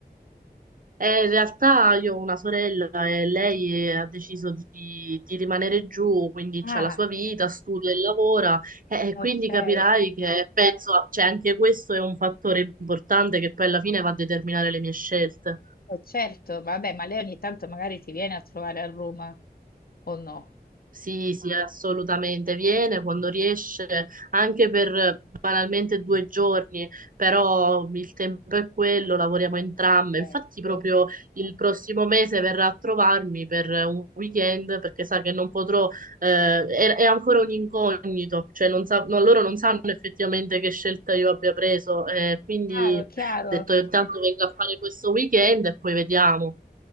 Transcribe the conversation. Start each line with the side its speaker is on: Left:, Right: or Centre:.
Right: Eh, in realtà io ho una sorella e lei eh, ha deciso di, di rimanere giù, quindi
Left: Ah,
Right: c'ha la sua vita, studia e lavora, eh, e
Left: ok,
Right: quindi
Left: Eh,
Right: capirai che penso, cioè anche questo è un fattore importante che poi alla fine va a determinare le mie scelte.
Left: certo, vabbè, ma lei ogni tanto magari ti viene a trovare a Roma o no?
Right: Sì, sì, assolutamente. Viene quando riesce, anche per banalmente due giorni, però il tempo è quello, lavoriamo entrambe.
Left: Certo.
Right: Infatti, proprio il prossimo mese verrà a trovarmi per un weekend perché sa che non potrò, eh, è, è ancora un incognito, cioè non sa- no, loro non sanno effettivamente che scelta io abbia preso. eh, quindi
Left: Chiaro,
Right: ho
Left: chiaro.
Right: detto intanto vengo a fare questo weekend e poi vediamo.